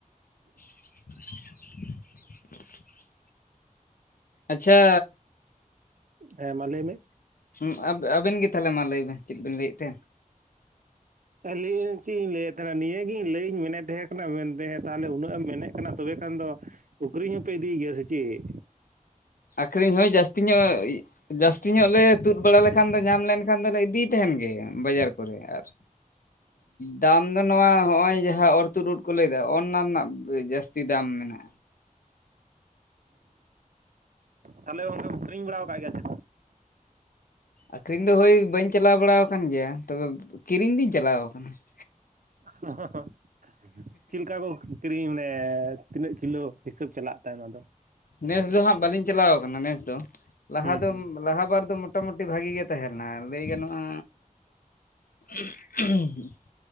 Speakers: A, on the left (about 85°); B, on the right (about 65°).
A: <unintelligible> ᱟᱪᱪᱷᱟ᱾
B: ᱦᱮᱸ ᱢᱟ ᱞᱟᱹᱭ ᱢᱮ ᱾
A: ᱦᱩᱸ ᱟᱵ ᱟᱵᱤᱱ ᱜᱮ ᱛᱟᱞᱦᱮ ᱢᱟ ᱞᱟᱹᱭ ᱵᱮᱱ ᱪᱮᱫ ᱵᱮᱱ ᱞᱟᱹᱭ ᱮᱫ ᱛᱟᱦᱮᱸᱫ?
B: ᱟᱹᱞᱤ ᱪᱮᱫ ᱞᱤᱧ ᱞᱟᱹᱭ-ᱟ ᱛᱟᱞᱦᱮ ᱱᱤᱭᱟᱹ ᱤᱧ ᱞᱟᱹᱭ ᱟᱹᱧ ᱢᱮᱱᱮᱫ ᱛᱟᱦᱮᱸ ᱠᱟᱱᱟ ᱢᱮᱱᱛᱮ ᱛᱟᱦᱞᱮ ᱩᱱᱟᱹᱜ ᱮᱢ ᱢᱮᱱᱮᱫ ᱠᱟᱱᱟ᱾ ᱛᱚᱵᱮ ᱠᱷᱟᱱ ᱫᱚ ᱩᱠᱨᱤᱧ ᱦᱚᱸ ᱯᱮ ᱤᱫᱤ ᱜᱮᱭᱟ ᱥᱮ ᱪᱮᱫ?
A: ᱟᱹᱠᱷᱨᱤᱧ ᱦᱳᱭ ᱡᱟᱹᱥᱛᱤ ᱧᱚᱜ ᱡᱟᱹᱥᱛᱤ ᱧᱚᱜ ᱞᱮ ᱛᱩᱫ ᱵᱟᱲᱟ ᱞᱮᱠᱷᱟᱱ ᱫᱚ, ᱧᱟᱢ ᱞᱮᱱᱠᱷᱟᱱ ᱫᱚᱞᱮ ᱤᱫᱤ ᱛᱟᱦᱮᱱ ᱜᱮ ᱵᱟᱡᱟᱨ ᱠᱚᱨᱮ᱾ᱟᱨ ᱫᱟᱢ ᱫᱚ ᱱᱚᱣᱟ ᱦᱚᱸᱜ-ᱚᱭ ᱡᱟᱦᱟ ᱚᱨ ᱛᱩᱫ ᱩᱫ ᱠᱚ ᱞᱟᱹᱭ ᱫᱟ᱾ ᱚᱱᱟ ᱨᱮᱱᱟᱜ ᱡᱟᱹᱥᱛᱤ ᱫᱟᱢ ᱢᱮᱱᱟᱜ-ᱟ ᱾
B: ᱛᱟᱞᱦᱮ ᱜᱚᱝᱠᱮᱢ ᱟᱹᱠᱷᱨᱤᱧ ᱵᱟᱲᱟᱣ ᱠᱟᱫ ᱜᱮᱭᱟ ᱥᱮ?
A: ᱟᱹᱠᱷᱨᱤᱧ ᱫᱚ ᱦᱳᱭ ᱵᱟᱹᱧ ᱪᱟᱞᱟᱣ ᱵᱟᱲᱟᱣ ᱟᱠᱟᱱ ᱜᱮᱭᱟ᱾ ᱛᱚᱵᱮ ᱠᱤᱨᱤᱧ ᱫᱩᱧ ᱪᱟᱞᱟᱣ ᱟᱠᱟᱱᱟ ᱾
B: ᱦᱚᱸ ᱦᱚᱸ ᱦᱚᱸᱻ ᱪᱮᱫᱞᱮᱠᱟ ᱠᱚ ᱠᱤᱨᱤᱧ ᱢᱟᱱᱮ ᱛᱤᱱᱟᱹᱜ ᱠᱤᱞᱳ ᱦᱤᱥᱟᱹᱵᱽ ᱪᱟᱞᱟᱜ ᱛᱟᱦᱮᱱ ᱟᱫᱚ
A: ᱱᱮᱥ ᱫᱚ ᱦᱟᱸᱜ ᱵᱟᱹᱞᱤᱧ ᱪᱟᱞᱟᱣ ᱟᱠᱟᱱᱟ ᱱᱮᱥ ᱫᱚ, ᱞᱟᱦᱟ
B: ᱦᱩᱸ
A: ᱫᱚ ᱞᱟᱦᱟ ᱵᱟᱨ ᱫᱚ ᱢᱚᱴᱟᱢᱩᱴᱤ ᱵᱷᱟᱜᱤ ᱜᱮ ᱛᱟᱦᱮᱸ ᱞᱮᱱᱟ ᱞᱟᱹᱭ ᱜᱟᱱᱚᱜᱼᱟ <unintelligible>